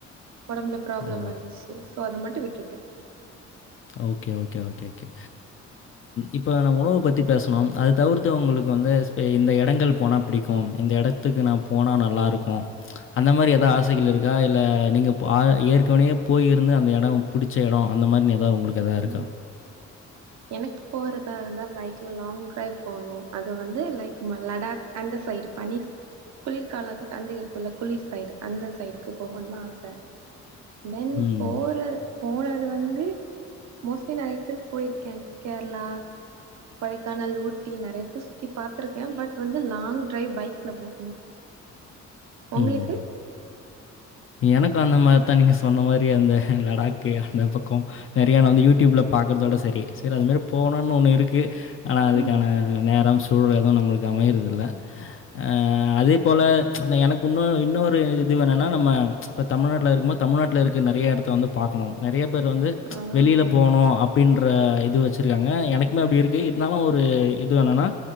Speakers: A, on the right; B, on the left.
A: உடம்புல ப்ராப்ளம்
B: ஓ!
A: ஆகிடுச்சு சோ அத மட்டும் விட்டுட்டே
B: ஓகே ஓகே ஓகே ஓகே இப்போ நம் உணவ பத்தி பேசணோ அத தவிர்த்து உங்களுக்கு வந்து இந்த இடங்கள் போனா பிடிக்கும் இந்த இடத்துக்கு நா போன நல்லாருக்கும் அந்த மாதிரி எதாவது ஆசைகள் இருக்கா இல்ல நீங்கள் ஏற்கனவே போய்யிருந்து அந்த இடம் பிடிச்ச இடம் அந்த மாதிரி உங்களுக்கு ஏதா இருக்கா
A: ம் எனக்கு போறதா இருந்தா பைக்ல லாங் டிரைவ் போணும் அது வந்து லைக் லடாக் அந்த சைடு பனி குளிர்கால அந்த இருக்குள்ள குளிர் சைடு அந்த சைடுக்கு போகணும்னு ஆச தென்
B: ம்.
A: போற போன வந்து மோஸ்ட்லி நிறைய இடத்துக்கு போயிருக் கேரளா கொடைக்கானல் ஊட்டி நிறையத்த சுத்தி பாார்த்திருக்கே பட் வந்து லாங் டிரைவ் பைக்ல போகணும் உங்களுக்கு
B: ம். எனக்கும் அந்த மாதிரிதா நீங்க சொன்ன மாதிரி அந்த லடாக்கு அந்த பக்கம் நிறைய நா வந்து யூடியூப்ல பாக்கறதோட சரி சரி அது மாதிரி போணும்னு ஒண்ணு இருக்கு ஆனா அதுக்கான
A: ம்
B: நேரம் சூழலெதுவும் நம்மளுக்கு அமையிறதில்ல ஆ அதே போல ச் எனக் உன்னொ இன்னொரு இது வேணுன்னா நம்ம இப்போ தமிழ்நாட்ல இருக்கும்போ தமிழ்நாட்ல இருக்க நெறைய எடத்த வந்து பாக்கணும் நெறைய பேர் வந்து
A: ஆ
B: ச் வெளியில போனோ அப்படின்ற இது வச்சிருக்காங்க எனக் மே அப்படி இருக்கு இருந்தாலு ஒரு இதுவென்னனா